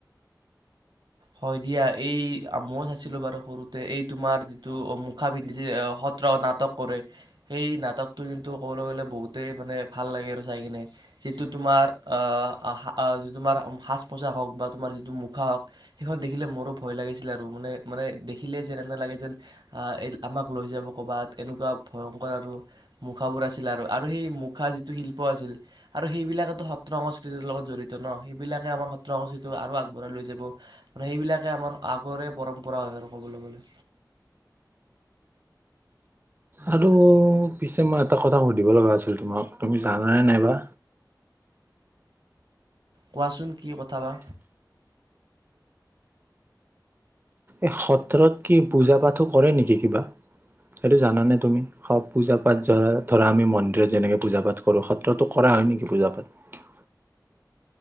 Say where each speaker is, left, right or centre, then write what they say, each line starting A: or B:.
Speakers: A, on the right; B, on the right.
A: হয় দিয়া এই ময় চাইছিলো বাৰু সৰুতে এই তোমাৰ যিটো মুখা পিন্ধি সত্ৰ নাটক কৰে সেই নাটকটো কিন্তু কবলৈ গলে বহুতেই মানে ভাল লাগে আৰু চাই কিনে যিটো তোমাৰ আহি তোমাৰ সাজ পোছাক হওক বা তোমাৰ যিটো মুখা হওক। সেইখন দেখিলে মোৰো ভয় লাগিছিল আৰু মানে মানে দেখিলেই যেন এনে লাগে যেন এই আমাক লৈ যাব ক'ৰবাত এনেকুৱা ভয়ংক, ৰ আৰু মুখাবোৰ আছিলে আৰু আৰু সেই মুখা যিটো শিল্প আছিল আৰু সেইবিলাকেতো সত্ৰ, সংস্কৃতিৰ, লগত জড়িত ন সেইবিলাকে আমাৰ সত্ৰ সংস্কৃতিটো আৰু আগবঢ়াই লৈ যাব। আৰু সেইবিলাকে আমাৰ আগৰে পৰম্পৰা হয় আৰু ক'বলৈ গ'লে।
B: আৰু
A: উম
B: পিছে মই এটা কথা সুধিব লগা আছিল তোমাক তুমি জান নে নাইবা
A: কোৱাচোন কি কথাবা?
B: এই সত্ৰত কি পূজা পাঠো কৰে নেকি কিবা, সেইটো জানানে তুমি স পূজা পাঠ, ধৰা-ধৰা, আমি মন্দিৰত যেনেকে পূজা পাঠ কৰো, সত্ৰতো কৰা হয় নেকি পূজা পাঠ?